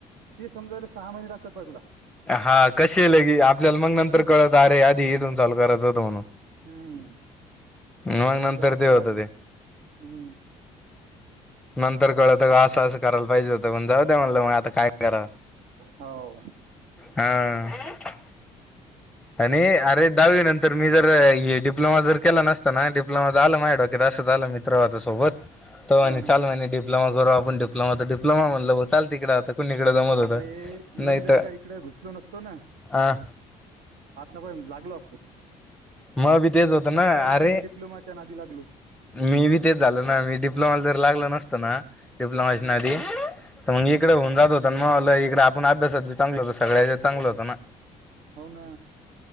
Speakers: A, on the right; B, in the centre.
A: ते समजायला सहा महिने लागतात पहा तुला
B: हा कशी येल की आपल्याला मग नंतर
A: कसे बी
B: कळत अरे आधी इथून चालू करायचं होतं म्हणून
A: हम्म,
B: ह मग नंतर
A: असं
B: ते होत
A: राहते
B: ते
A: हम्म.
B: नंतर कळतग आास करायला पाहिजे होत पण जाऊ द म्हणलं मग आता काय करा,
A: हो.
B: हा. आणि अरे दहावी नंतर मी जर डिप्लोमा जर केला नसता ना डिप्लोमा आलं माझ्या डोक्यात असं झालं मित्र होता सोबत तो म्हणे
A: हा हा
B: डिप्लोमा करू आपण डिप्लोमा तर डिप्लोमा म्हणलं म चाल तिकड आता कुणीकडे जमत होतं
A: अरे
B: नाही
A: मी जर
B: तर
A: का इकड घुसलो नसतो ना
B: अ
A: आतापर्यंत लागलो असतो
B: मय बी तेच होत
A: उगीच्या
B: ना अरे
A: उगी या डिप्लोमाच्या नादी लागलो
B: मी बी तेच झाल ना मी डिप्लोमाला जर लागल नसतो ना डिप्लोमाच्या
A: हम्म,
B: नादी तर मग इकडे होऊन जात हो मग इकडे आपण अभ्यासाती चांगलं होत सगळ्या चांगलं होतं ना
A: हो ना